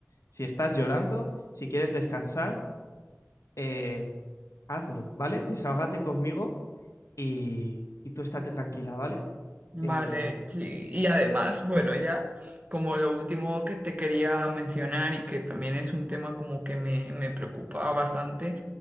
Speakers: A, on the left (about 85°); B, on the right (about 30°).
A: Si estás llorando, si quieres descansar, eh, hazlo, ¿vale? Desahógate conmigo y, y tú estate tranquila, ¿vale?
B: Vale,
A: Eh,
B: sí. Y además, bueno, ya como lo último que te quería mencionar y que también es un tema como que me, me preocupa bastante.